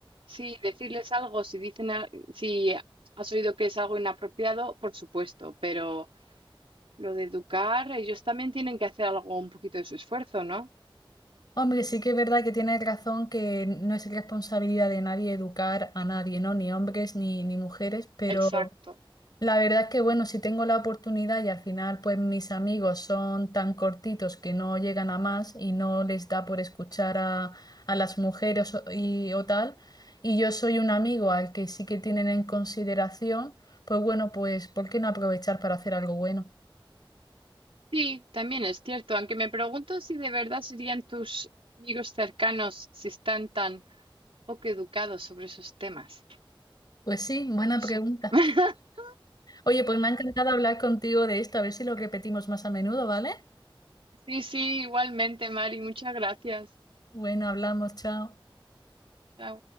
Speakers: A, on the right (about 80°); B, on the left (about 45°).
A: sí decirles algo, si dicen, a- si has oído que es algo inapropiado, por supuesto, pero lo de educar, ellos también tienen que hacer algo, un poquito de su esfuerzo, ¿no?
B: Hombre, sí que es verdad que tienes razón que no es responsabilidad de nadie educar a nadie, ¿no? Ni hombres ni, ni mujeres, pero
A: Exacto.
B: la verdad es que, bueno, si tengo la oportunidad y al final, pues mis amigos son tan cortitos que no llegan a más y no les da por escuchar a, a las mujeres o- y, o tal, y yo soy un amigo al que sí que tienen en consideración, pues bueno, pues ¿por qué no aprovechar para hacer algo bueno?
A: Sí, también es cierto, aunque me pregunto si de verdad serían tus amigos cercanos si están tan poco educados sobre esos temas.
B: Pues sí, buena
A: No sé.
B: pregunta.
A: <laughs>
B: Oye, pues me ha encantado hablar contigo de esto, a ver si lo repetimos más a menudo, ¿vale?
A: Sí, sí, igualmente, Mari, muchas gracias.
B: Bueno, hablamos, chao.
A: Chao.